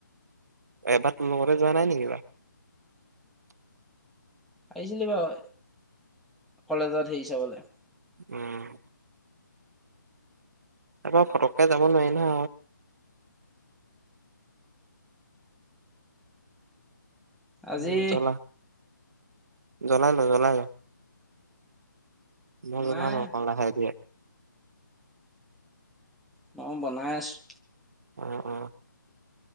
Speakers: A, on the right; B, in the centre.
A: এবাৰ তোৰ লগতে যোৱা নাই নেকি বাৰু
B: আহিছিলি বাৰু কলেজত হেৰি চাবলে
A: উম তাৰ পৰা পটককে যাব নোৱাৰি ন
B: আজি
A: উম জলা জ্বলাই ল জ্বলাই ল মই জ্বলাম
B: নাই
A: লাহে কৰে
B: মই বনাই আছোঁ
A: উম উম